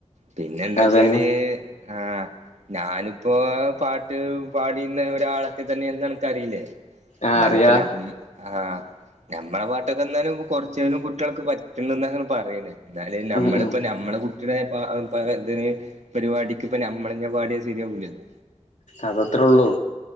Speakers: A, on the right; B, on the left.
A: പിന്നെ എന്താ വെച്ചാല്
B: അതന്നെ
A: ആഹ് ഞാനിപ്പോ പാട്ട് പാടുന്ന ഒരാളൊക്കെ തന്നെയന്ന് നനക്ക്റിയില്ലേ
B: ആ
A: എന്നാല
B: അറിയാ
A: ഇപ്പ ആ നഞമ്മളെ പാട്ടൊക്കെ ഇന്നാലും കൊറച്ചന കുട്ടികൾക്ക് പറ്റണ എന്നങ്ങെ പറയണ് എന്നാല് നമ്മളിപ്പ
B: ഉം ഉം
A: നമ്മളെ കുട്ടിയുടെ ഇന് പരിപാടിക്ക് ഇപ്പ നമ്മളെ പാടിയ ശരിയാവുലല്ലോ
B: അതത്രള്ളൂ